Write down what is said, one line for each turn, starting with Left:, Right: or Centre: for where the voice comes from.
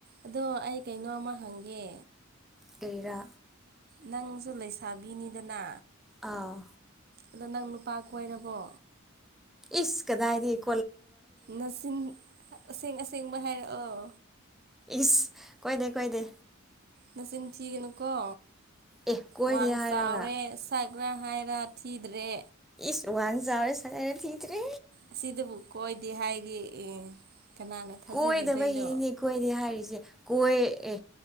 Right: ꯑꯗꯣ ꯑꯩ ꯀꯩꯅꯣ ꯑꯃ ꯍꯪꯒꯦ
Centre: ꯀꯩꯔꯥ
Right: ꯅꯪꯁꯨꯣ ꯂꯩꯁꯥꯕꯤꯅꯤꯗꯅ
Centre: ꯑꯥ
Right: ꯑꯗꯣ ꯅꯪ ꯅꯨꯄꯥ ꯀꯣꯏꯔꯕꯣ
Centre: ꯏꯁ ꯀꯗꯥꯏꯗꯤꯂꯛ
Right: ꯅꯆꯤꯟ ꯑꯁꯦꯡ ꯑꯁꯦꯡꯕ ꯍꯥꯏꯔꯛꯑꯣ
Centre: ꯏꯁ ꯀꯣꯏꯗꯦ ꯀꯣꯏꯗꯦ
Right: ꯅꯆꯤꯟ ꯊꯤꯒꯅꯨꯀꯣ
Centre: ꯑꯦ ꯀꯣꯏꯗꯦ
Right: ꯋꯥꯡ
Centre: ꯍꯥꯏꯔꯒ
Right: ꯆꯥꯎꯔꯦꯛ <inaudible> ꯒ꯭ꯔ ꯍꯥꯏꯔꯥ ꯊꯤꯗ꯭ꯔꯦ
Centre: ꯁꯨ ꯋꯥ ꯆꯦ ꯁꯉꯥꯏ ꯊꯔꯦ
Right: ꯑꯁꯤꯗꯕꯨ ꯀꯣꯏꯗꯦ ꯍꯥꯏꯔꯤ ꯑꯦ ꯀꯅꯥꯅ ꯊꯥꯖꯕꯤꯗꯣꯏꯅꯣ
Centre: ꯀꯣꯏꯗꯕꯒꯤꯅꯦ ꯀꯣꯏꯗꯦ ꯍꯥꯏꯔꯤꯁꯦ ꯀꯣꯏ ꯑꯦ